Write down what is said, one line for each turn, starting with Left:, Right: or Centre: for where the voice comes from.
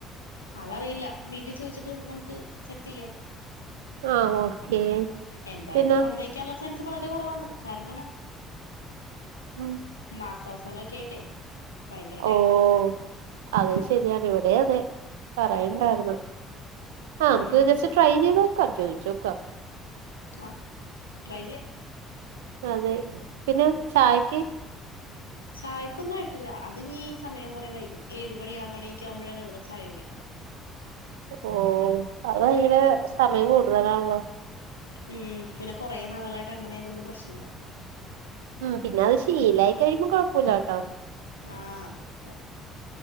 Left: അത് അറിയില്ല, വീട്ടിൽ ചോദിച്ചിട്ട് നമുക്ക് സെറ്റ് ചെയ്യാം.
Right: ആഹ് ഓക്കേ.
Left: എന്തായാലും
Right: പിന്നെ
Left: സമ്മയിക്കാനുള്ള ചാൻസ് വളരെ കൊറവാണ് കാരണം
Right: <inaudible>
Left: മാസവാസാനം ഒക്കെ ആയിട്ടെ ഭയങ്കര ടൈറ്റാ
Right: ഓഹ് അതും ശരിയാണ് ഇവിടെ അതെ പറയുണ്ടായിരുന്നു ആഹ്
Left: ഉം
Right: നമുക്ക് വിചാ ട്രൈ ചെയ്ത് നോക്കാം ചോയ്ച് നോക്കാം
Left: ആഹ് ട്രൈ ചെയ്യാം
Right: അതെ പിന്നെ ചായയ്ക്ക്
Left: ചായക്കൊന്നും ആയിട്ടില്ല അത് നീ സമയം കൊറെ വൈകും ഏഴ് മണി ആറുമണിയക്കെ ആകുമ്പോഴാണ് ഇവിടെ ചായ കുടി
Right: ഓ അത് ഭയങ്കര സമയം കൂടുതലാണല്ലോ
Left: ഉം പിന്നെ കുറേ നാളുകളായിട്ട് അങ്ങനെ ആയതുകൊണ്ട് പ്രശ്നമില്ല
Right: ഉം പിന്നെ അത് ശീലായി കഴിയ്മ്പോ കുഴപ്പല്ല കെട്ടോ
Left: ആഹ് അതാണ്